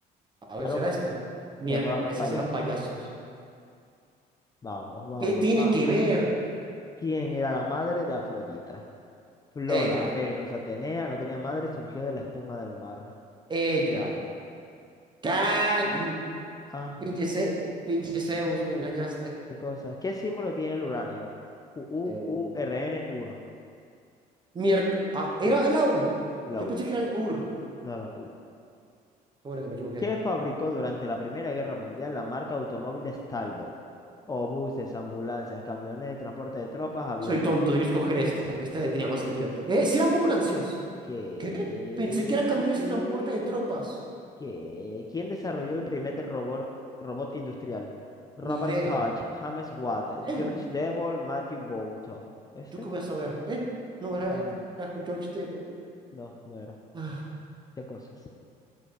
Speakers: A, on the right (about 25°); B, on the left (about 20°).
A: a
B: Ya
A: ver, ¿será
B: lo boté.
A: esta? Miércoles,
B: Temor a los payasos.
A: ese es de los payasos.
B: Vamos, vamos,
A: ¿Qué tiene
B: vamos.
A: que ver?
B: ¿Quién era la madre de Afrodita? Flora,
A: Ella,
B: Venus, Atenea, no tenía madre, surgió de la espuma del mar.
A: ella. ¿Qué? Mm,
B: Ah,
A: Pinche, Ze- pinche Zeus, me engañaste.
B: qué cosa. ¿Qué símbolo tiene el uranio? U, U,
A: Eh,
B: U, R, N, u r
A: miérc- ah,
B: U,
A: era el AU.
B: la
A: Yo
B: U.
A: pensé que era el UR.
B: No, la U.
A: Qué Bueno, que me equivoqué.
B: que fabricó durante la Primera Guerra Mundial la marca automóviles Talbot, o buses, ambulancias, camiones de transporte de tropas, aviones.
A: Soy tonto, debí escoger este. Este tenía más sentido. ¡Eh, sí eran ambulancias!
B: ¿Qué?
A: ¿Qué? Pensé que era camiones y transporte de tropas.
B: ¿Qué? ¿Quién desarrolló el primer robot, robot industrial? Robert
A: Ni idea.
B: Koch, James Watt,
A: Él,
B: George Devol, Matthew Boulton. ¿Este?
A: ¿yo qué voy a saber? Él, no era
B: Ah,
A: él,
B: no,
A: era George Tebow.
B: no, no era.
A: Ah,
B: ¿Qué cosas?